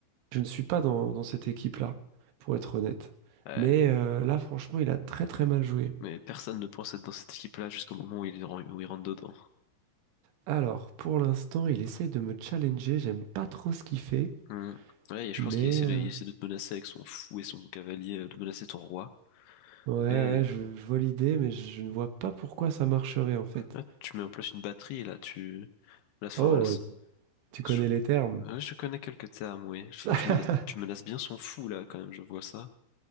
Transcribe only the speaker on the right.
je ne suis pas dans, dans cette équipe-là, pour être honnête.
Mais euh, là, franchement, il a très très mal joué.
Alors, pour l'instant, il essaye de me challenger. J'aime pas trop ce qu'il fait,
mais...
euh,
Ouais, ouais,
je, je vois l'idée, mais je, je ne vois pas pourquoi ça marcherait en fait.
Oh,
tu connais
les termes.
<laughs>